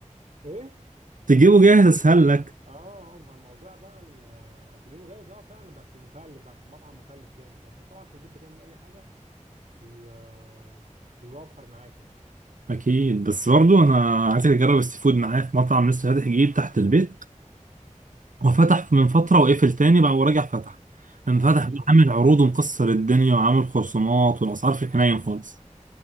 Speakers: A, on the right; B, on the right.
A: إيه؟
B: تجيبه جاهز اسهل لك
A: اه اه ما الموضوع بقى ال- تجيبه جاهز اه فعلا بس مكلف بقى في المطعم مكلف جامد بقى انت طبعا في البيت بتعمل اي حاجه بي... آه، بيوفر معاك يعني
B: اكيد بس برضو انا عايزك تجرب السي فود معايا في مطعم لسه فاتح جديد تحت البيت هو فتح من فتره وقفل تاني بقى ورجع فتح لما فتح
A: ايوه
B: بقى عامل عروض ومكسر الدنيا وعامل خصومات والاسعار في الحنين خالص